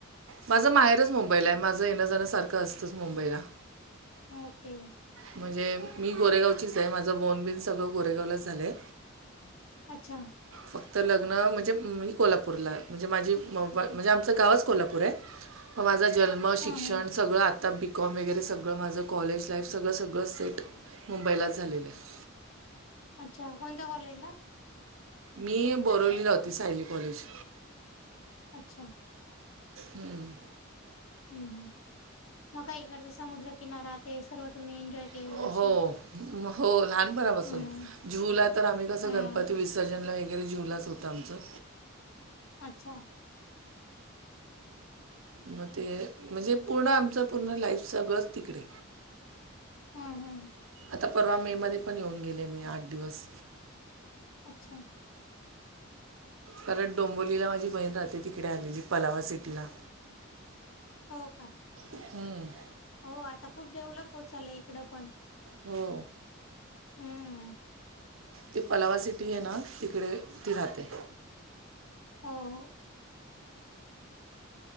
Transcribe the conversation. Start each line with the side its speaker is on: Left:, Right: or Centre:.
Right: माझं माहेरच मुंबईला आहे. माझं येणं जाण सारखं असतच मुंबईला.
Left: ओके.
Right: म्हणजे मी गोरेगावचीच आहे. माझं बोर्न बीन सगळं गोरेगावलाच झालंय.
Left: अच्छा.
Right: फक्त लग्न म्हणजे, मी कोल्हापूरलाये. म्हणजे माझी, म्हणजे आमचं गावच कोल्हापूर आहे. मग माझा जन्म, शिक्षण
Left: हां, हां.
Right: सगळं आ- आता बी कॉम वगैरे सगळं माझं कॉलेज लाईफ सगळं सगळं सेट मुंबईलाच झालेलं आहे.
Left: अच्छा. कोणत्या कॉलेजला?
Right: मी बोरवलीला होती. सायली कॉलेज.
Left: अच्छा.
Right: हम्म.
Left: हम्. हम्म. मग का इकडचा समुद्रकिनारा ते सर्व तुम्ही एन्जॉय- केलेला
Right: हो.
Left: असाल
Right: हो लहानपणापासून.
Left: हम्म
Right: जू हू ला तर आम्ही कसं?
Left: हम्म
Right: गणपती विसर्जनला वगैरे जू हूलाच होतं आमचं.
Left: अच्छा.
Right: मग ते म्हणजे पूर्ण आमचं, पूर्ण लाईफ सगळंच तिकडे.
Left: हम् हम्.
Right: आता परवा मे मध्ये पण येऊन गेले मी आठ दिवस.
Left: अच्छा.
Right: परत डोंबोलीला माझी बहीण राहते. तिकडे आलेली पलावा सिटीला.
Left: हो का?
Right: हम्म.
Left: हो. आता खूप डेव्हलप होत चाललय इकडं पण.
Right: हो.
Left: हम्म
Right: ती पलावा सिटी आहे ना? तिकडे ती राहते.
Left: होय.